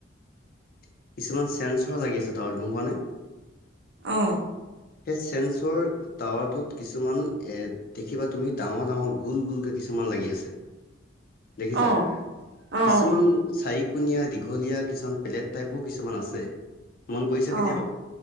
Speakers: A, on the left; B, on the right.
A: কিছুমান চেন্সৰ লাগি আছে তাৱাত গম পোৱা নে
B: অ
A: সেই চেন্সৰ টাৱাৰটোত কিছুমান এ দেখিবা তুমি ডাঙৰ ডাঙৰ গুল গুলকে কি ছুমান লাগি আছে দেখিছা?
B: অ', অ',
A: কিছুমান চাৰিকূণীয়া দীঘলীয়া কিছুমান পেলেট টাইপৰ কিছুমান আছে। মন কৰিছা
B: অ',
A: কেতিয়াবা